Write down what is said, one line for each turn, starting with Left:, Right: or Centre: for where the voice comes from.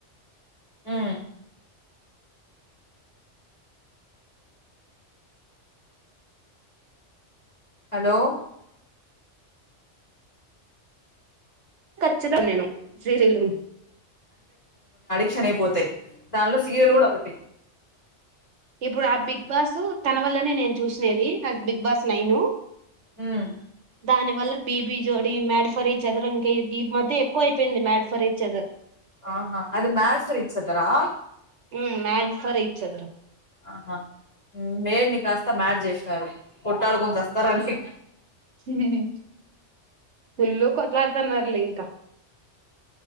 Left: మ్మ్ హలో
Right: వచ్చేదాన్ని నేను ప్రీ రిలీజ్
Left: క్షణయిపోతాయి దానిలో సీరియల్ కూడా ఒకటి
Right: ఇప్పుడు ఆ బిగ్ బాసు తన వల్లనే నేను చూసినేది బిగ్ బాస్ నైను
Left: మ్మ్
Right: దాని వల్ల బీబీ జోడి మేడిఫ్ ఫరీచదర్ ఇంకా ఈ మధ్య ఎక్కువ అయిపోయింది మ్యాడ్ ఫరీచదర్
Left: ఆహా అది మ్యాడ్ ఫర్ ఈచ్ అదరా
Right: మ్మ్ మ్యాడ్ ఫర్ ఈచ్ అదర్
Left: ఆహా మేడ్ ని కాస్త మ్యాడ్ చేసినారు కొట్టాడు కోని చస్తారని
Right: మ్మ్ ఫుల్లు కొట్లాడతన్నారు లే ఇంక